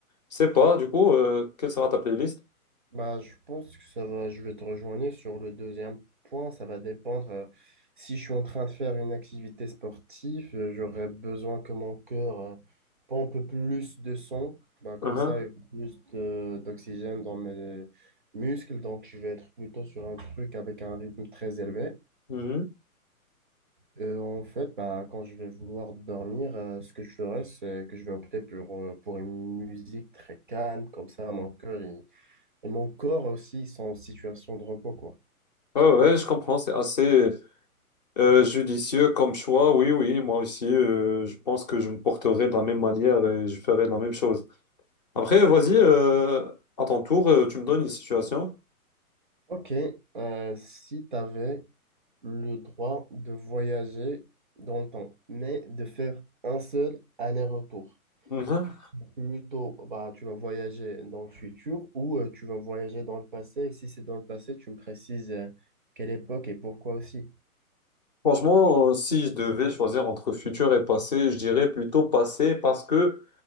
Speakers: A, on the left; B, on the right.
A: Je sais pas, du coup, euh, quelle sera ta playlist?
B: Bah, je pense que ça va, je vais te rejoindre sur le deuxième point. Ça va dépendre. euh, si je suis en train de faire une activité sportive, euh, j'aurai besoin que mon cœur euh, pompe plus de sang. Bah, comme
A: Mhm,
B: ça, il y a plus de- d'oxygène dans mes muscles. Donc, je vais être plutôt sur un truc avec un rythme très élevé.
A: mhm.
B: Euh, en fait, bah, quand je vais vouloir dormir, euh, ce que je ferai, c'est que je vais opter pour, euh, pour une musique très calme, comme ça, mon cœur il- et mon corps aussi ils sont en situation de repos, quoi.
A: Ouais, ouais, je comprends, c'est assez euh, judicieux comme choix. Oui, oui, moi aussi, euh, je pense que je me porterai de la même manière et je ferai de la même chose. Après, vas-y, euh, à ton tour, euh, tu me donnes une situation.
B: Ok, euh, si tu avais le droit de voyager dans le temps, mais de faire un seul aller-retour,
A: Mhm.
B: tu serais plutôt, bah, tu vas voyager dans le futur ou euh, tu vas voyager dans le passé, et si c'est dans le passé, tu me précises euh, quelle époque et pourquoi aussi.
A: Franchement, euh, si je devais choisir entre futur et passé, je dirais plutôt passé parce que